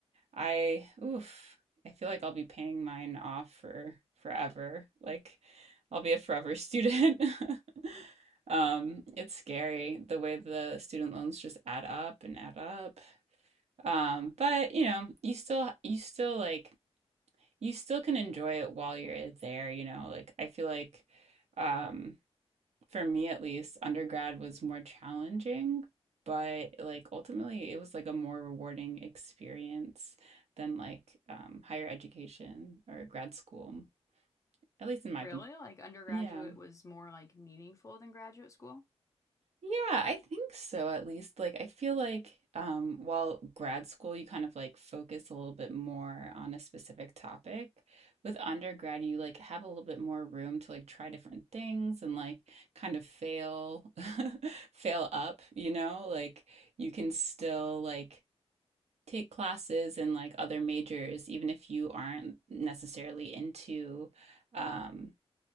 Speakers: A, on the right; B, on the left.
A: I oof, I feel like I'll be paying mine off for forever. Like I'll be a forever student. <laughs> Um, it's scary the way the student loans just add up and add up. Um, but you know, you still you still like you still can enjoy it while you're there, you know. Like I feel like um for me at least, undergrad was more challenging, but like ultimately it was like a more rewarding experience than like um, higher education or grad school, at least in my
B: Really?
A: opinion.
B: Like undergraduate
A: Yeah.
B: was more like meaningful than graduate school?
A: Yeah, I think so at least. Like I feel like um while grad school you kind of like focus a little bit more on a specific topic, with undergrad you like have a little bit more room to like try different things and like kind of fail <laughs> fail up, you know? Like you can still like take classes in like other majors even if you aren't necessarily into um